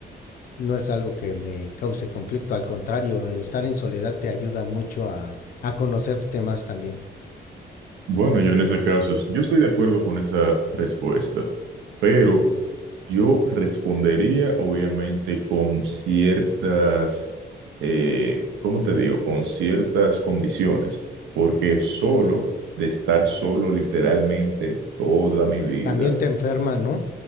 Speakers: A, on the left; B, on the right.
A: no es algo que me cause conflicto, al contrario, estar en soledad te ayuda mucho a, a conocerte más también.
B: Bueno, yo en ese caso, es- yo estoy de acuerdo con esa respuesta, pero yo
A: Ujú.
B: respondería obviamente con ciertas, eh, ¿cómo te digo? Con ciertas condiciones, porque solo, de estar solo literalmente toda mi vida,
A: También te enferma, ¿no?